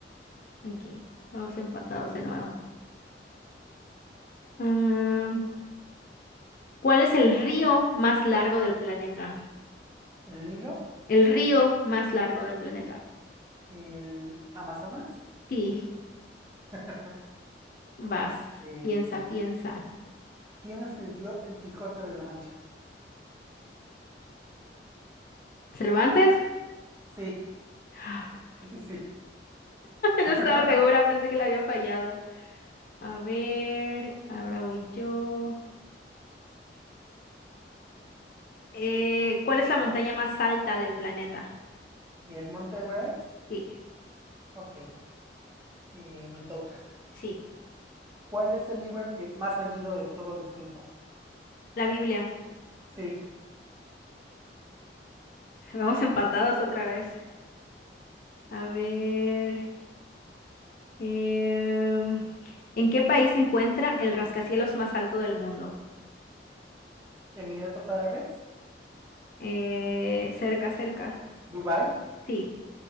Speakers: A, on the left; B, on the right.
A: Ok. Vamos empatados de nuevo. Ah, ¿cuál es el río más largo del planeta?
B: el Nilo,
A: El río más largo del planeta.
B: el Amazonas.
A: Sí,
B: <laughs>
A: vas.
B: Este,
A: Piensa, piensa.
B: ¿quién escribió El Quijote de la Mancha?
A: ¿Cervantes?
B: Sí,
A: <laughs>
B: sí, sí.
A: No
B: <laughs>
A: estaba segura, pensé que la había fallado. A ver, ahora voy yo. Eh, ¿cuál es la montaña más alta del planeta?
B: El Monte Everest.
A: Sí,
B: Ok, eh, me toca.
A: sí,
B: ¿Cuál es el libro que más vendido de todos los tiempos?
A: la Biblia.
B: Sí,
A: <laughs> Vamos empatados otra vez. A ver, em, ¿en qué país se encuentra el rascacielos más alto del mundo?
B: Emiratos Árabes,
A: Eh, cerca, cerca.
B: Dubai.
A: Sí.